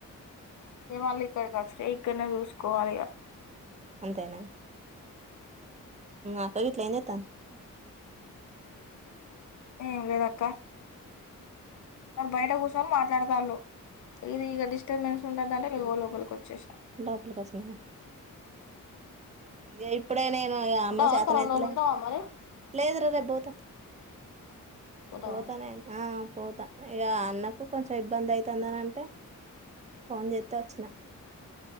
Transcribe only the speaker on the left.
మళ ఇక్కడికిచ్చలేే, ఇక్కడనే చూసుకోవాలి.
ఏం లేదక్క అరు బయట కూర్చొని మాట్లాడతాళ్ళు. ఇది ఈక డిస్టర్బెన్స్ ఉంటది అంటే యువ లోపలికి వచ్చేసిన
ఉంటావా
అక్క రెండు
రోజులు ఉంటావా మరి
పోతావా